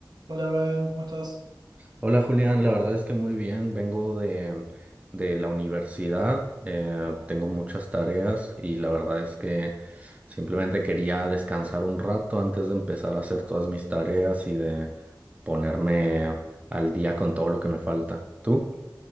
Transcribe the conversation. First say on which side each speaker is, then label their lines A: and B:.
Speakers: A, on the right; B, on the right.
A: Hola Brian, ¿cómo estás?
B: Hola Julián, la verdad es que muy bien, vengo de, de la universidad, eh, tengo muchas tareas y la verdad es que simplemente quería descansar un rato antes de empezar a hacer todas mis tareas y de ponerme al día con todo lo que me falta. ¿Tú?